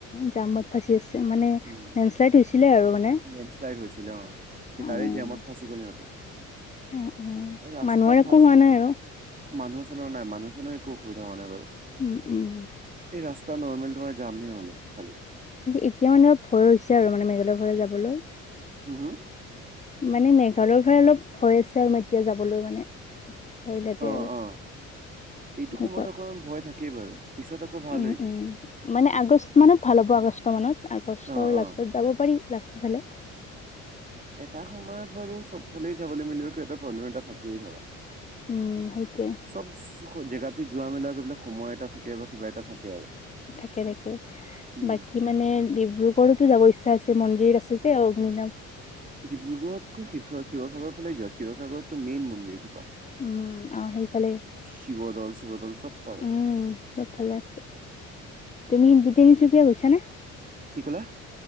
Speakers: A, on the left; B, on the right.
A: জামত ফচি আছে মানে,
B: উম
A: লেণ্ডশ্লাইড হৈছিলে আৰু মানে?
B: লেণ্ডশ্লাইড হৈছিলে অ, সেই
A: অ
B: তাৰে জেমত ফাঁচি গ'ল সিহঁতে।
A: অ অ
B: ৰাস্তা
A: মানুহৰ
B: ফাচে,
A: একো হোৱা নাই আৰু
B: মানুহ চনৰ নাই মানুহ চানুৰ একো অসুবিধা হোৱা নাই বাৰু।
A: উম উম
B: এই ৰাস্তা নৰ্মেল তোমাৰ জামেই হলে খালি
A: এতিয়া মানে অলপ ভয় হৈছে আৰু মানে মেঘালয় ফালে যাবলৈ।
B: হু হু?
A: মানে মেঘালয়ৰ ফালে অলপ ভয় আছে আৰু এতিয়া যাবলৈ মানে। ভয় লাগে
B: অ
A: আৰু
B: অ এইটো
A: তেনেকুৱা
B: সময়ত অকণমান ভয় থাকেই বাৰু পিছত আকৌ ভাল
A: উম
B: হৈ যায়।
A: উম মানে আগষ্ট মানত ভাল হ'ব আগষ্ট মানত, আগষ্টৰ
B: অ
A: লাষ্টত
B: অ
A: যাব পাৰি লাষ্টৰ ফালে।
B: এটা সময়ত বাৰু চব ফালে যাবলৈ মিলিব এটা প্ৰব্লেম এটা থাকিয়েই ধৰা।
A: উম সেইটোৱে।
B: চব জেগাতে যোৱা মেলাবিলাক সময় এটা থাকে বা কিবা এটা থাকে আৰু।
A: থাকে থাকে
B: উম
A: বাকী মানে ডিব্ৰুগড়তো যাব ইচ্ছা আছে, মন্দিৰ আছে যে অগ্নি নাম
B: ডিব্ৰুগড়তকৈ শিৱসাগৰ ফালে যোৱা শিৱসাগৰতো মেইন মন্দিৰ সোপা।
A: উম অ সেইফালে,
B: শিৱদৌল শিৱদৌল চব পাবা
A: উম চোব ফালে আছে। তুমি তিনিচুকীয়া গৈছা নে?
B: কি ক'লা?